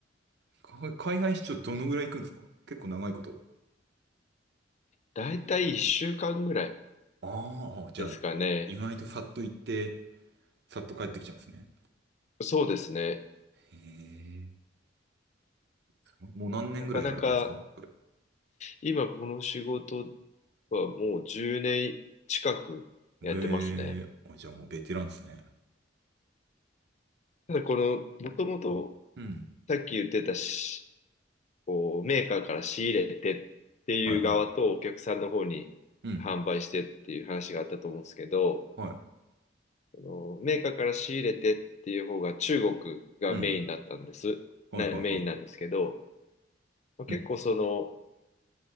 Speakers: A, on the right; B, on the left.
A: か海外出張どのぐらい行くんですか結構長いこと。
B: だいたい1週間ぐらい
A: あーあ、じゃあ、
B: ですかね。
A: い意外とさっと行って、さっと帰ってきちゃうんですね。
B: そうですね。
A: へえ、すごいもう何年ぐらいやられてるんですかそれ。
B: なかなか今この仕事はもう10年近くやってますね。
A: へえ、あ、じゃあもうベテランですね。
B: ただこの、もともと
A: うん。
B: さっき言ってたしこう、メーカーから仕入れてっていう側とお客さんの方に販売してっていう話があったと思うんですけど、
A: はいはい。うん。はい。
B: そのメーカーから仕入れてっていう方が中国がメインだったんです。
A: うん。はいはいは
B: な、メインなんですけど、まあ、結構その
A: い。うん。